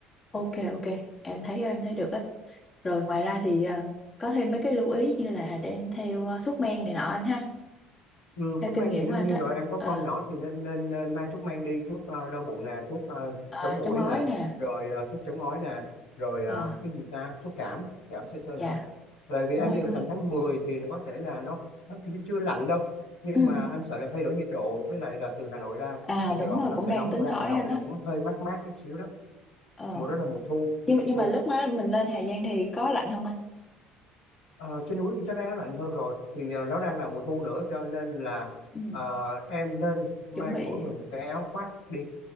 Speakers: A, on the left; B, on the left.
A: Ok ok. Em thấy em thấy được á. Rồi ngoài ra thì ờ, có thêm mấy cái lưu ý như là đem theo ờ, thuốc men này nọ anh ha.
B: Ừ,
A: Theo
B: thuốc
A: kinh
B: men
A: nghiệm
B: thì đương
A: của anh
B: nhiên
A: đó.
B: rồi em có
A: Ờ,
B: con nhỏ thì nên nên, nên mang thuốc men đi thuốc ờ, đau bụng nè thuốc ờ,
A: ờ,
B: chống muỗi
A: châm gói
B: nè
A: nè.
B: rồi ờ, thuốc chống ói nè rồi ờ,
A: Ờ
B: cái gì ta thuốc cảm cảm sơ sơ nữa
A: dạ.
B: bởi vì
A: Đúng
B: em
A: rồi,
B: đi
A: đúng
B: vào
A: rồi.
B: tầm tháng 10 thì có thể là nó nó chưa chưa lạnh đâu nhưng
A: Ừ.
B: mà anh sợ là thay đổi nhiệt độ với lại là từ Hà Nội ra
A: À
B: từ Sài
A: đúng
B: Gòn
A: rồi,
B: nó
A: cũng
B: sẽ
A: đang
B: nóng
A: tính
B: và ra
A: hỏi
B: Hà Nội
A: anh á.
B: nó cũng hơi mát mát chút xíu đó
A: Ờ.
B: mùa đó là mùa thu
A: Nhưng nhưng
B: thu
A: mà lúc mà mình lên Hà Giang thì có lạnh không anh?
B: Ờ, trên núi thì chắc đã lạnh hơn rồi thì ờ, nó đang là mùa thu nữa cho nên là
A: Ừ.
B: ờ, em nên mang
A: Chuẩn bị
B: mỗi người một cái áo khoác đi